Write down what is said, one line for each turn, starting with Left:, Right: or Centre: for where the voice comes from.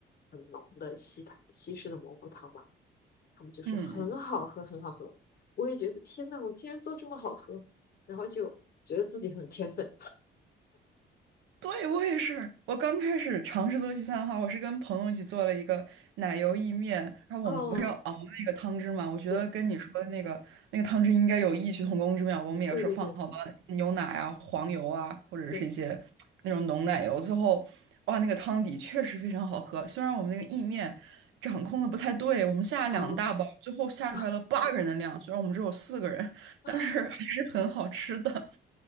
Left: 很浓的西塔西式的蘑菇汤嘛，他们就说很好喝，
Right: 嗯。嗯
Left: 很好喝，我也觉得天呐，我竟然做这么好喝，然后就觉得自己很天分，
Right: 对，我也是。我刚开始尝试做西餐的话，我是跟朋友一起做了一个奶油意面，然后我们不是要熬那个汤汁嘛？
Left: 哦，
Right: 我觉得跟你说的那个那个汤汁应该有异曲同工之妙。
Left: 对
Right: 我们也是放好了牛奶啊、
Left: 对对对。
Right: 黄油啊，或者是一些那种浓奶油，
Left: 对
Right: 最后哇，那个汤底确实非常好喝。虽然我们那个意面掌控的不太对，我们下了两大包，
Left: 啊
Right: 最后下出来了八个人的量，
Left: 啊！
Right: 虽然我们只有四个人，但是还是很好吃的。
Left: <laughs>